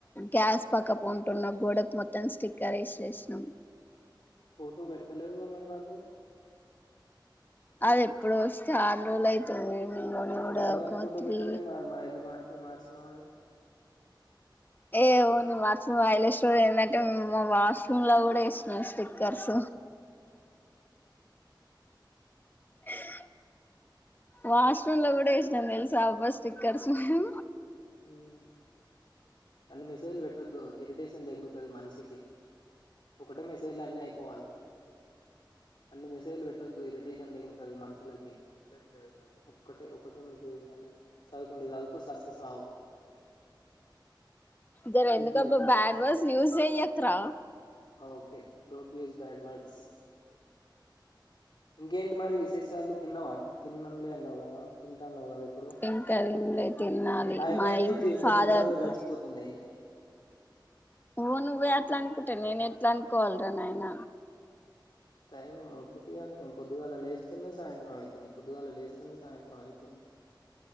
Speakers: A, on the left; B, on the left.
A: గ్యాస్ పక్క పో ఉంటున్న గోడకు మొత్తం స్టిక్కర్ వేసేసినాం
B: ఫోటో పెడతలేవుగా మరి నాకు
A: అది ఎప్పుడు వస్తే చాల రోజులు అయితుంది నేను కొని
B: మరి
A: కూడా
B: ఇంతవరకు
A: ఒక
B: ఫోటో
A: త్రీ
B: పెట్టాలె మరి మా ఇల్లు మార్చ్ మార్చి నవనీ
A: ఏ ఓ హైలెట్ స్టోరీ ఏంటంటే మా వాష్రూమ్ లో కూడా ఎఇస్తున్నాం స్టిక్కర్స్ హ వాష్రూమ్ లో కూడా ఎశినం తెలుసాబ్బా స్టిక్కర్స్ మేము
B: హ్మ్ అన్ని మెసేజ్లు పెట్టొద్దు ఇరిటేషన్ దెంగుతుది మనిషికి ఒకటే మెసేజ్లో అన్ని అయిపోవాలి అన్ని మెసేజ్లు పెట్టొద్దు ఇరిటేషన్ దెంగుతది మనుషులకి పెద్ద ఒకటే ఒకటే మెసేజ్ పెట్టాలి చదువుకుంటే చదువుకో సస్తెసావు
A: జర ఎందుకు
B: ఇజ్జు
A: అబ్బ బ్యాడ్ వార్డ్స్ యూస్ చెయ్యక్ రా
B: okay don't use bad words ఇంకేంటి మరి విశేషాలు తిన్నవా తిన్నన్ లే అన్నవ్ కదా తింటానవు కదా ఇప్పుడు
A: ఎం కరి ఎంలేదు తినాలి
B: టైం
A: మై
B: ఏంది విజ్జు ఇంత
A: ఫాదర్
B: తొందరగా
A: కు
B: గడిచిపోతుంది
A: నువ్వు నువ్వే అట్లా అనుకుంటే నేను ఎట్లా అనుకోవాలిరా నాయన
B: టైమ్ ఉటుటి గనే పొద్దుగలలేస్ లేస్తున్న సాయంత్రం అయితుంది, పొద్దుగాల లేస్తున్న సాయంత్రం అయితుంది.